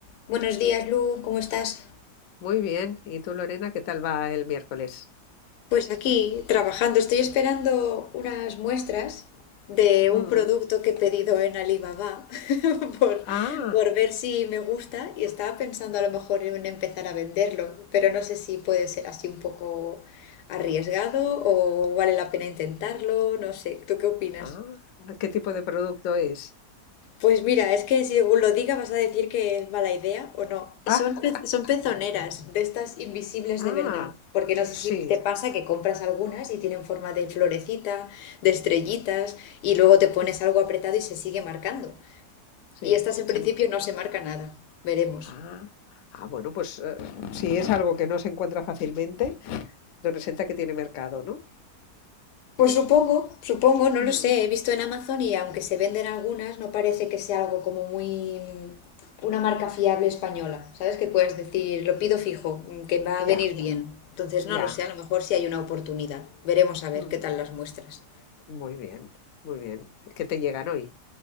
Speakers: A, on the left; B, on the left.
A: Buenos días, Lu, ¿cómo estás?
B: Muy bien. ¿Y tú, Lorena, qué tal va el miércoles?
A: Pues aquí trabajando, estoy esperando unas muestras de un
B: Mm.
A: producto que he pedido en Alibaba <laughs> por,
B: Ah,
A: por ver si me gusta y estaba pensando a lo mejor en empezar a venderlo, pero no sé si puede ser así un poco arriesgado o vale la pena intentarlo, no sé, ¿tú qué opinas?
B: ah, ¿qué tipo de producto es?
A: Pues mira, es que según lo diga vas a decir que es mala idea o no. Son,
B: Ah,
A: pe- son pezoneras de estas invisibles
B: ah,
A: de verdad. Porque no sé
B: sí,
A: si te pasa que compras algunas y tienen forma de florecita, de estrellitas, y luego te pones
B: sí,
A: algo apretado y se sigue marcando.
B: sí.
A: Y estas en
B: Se
A: principio
B: m-
A: no se marca nada. Veremos.
B: ah, ah, bueno, pues eh, si es algo que no se encuentra fácilmente, representa que tiene mercado, ¿no?
A: Pues supongo, supongo, no
B: Mm.
A: lo sé. He visto en Amazon y aunque se venden algunas, no parece que sea algo como muy mm, una marca fiable española. ¿Sabes? Que puedes decir, lo pido fijo, mm, que va a
B: Ya,
A: venir bien. Entonces,
B: ya.
A: no lo sé, a lo mejor sí hay una oportunidad. Veremos a ver
B: Mm.
A: qué tal las muestras.
B: Muy bien, muy bien. ¿Qué te llegan hoy?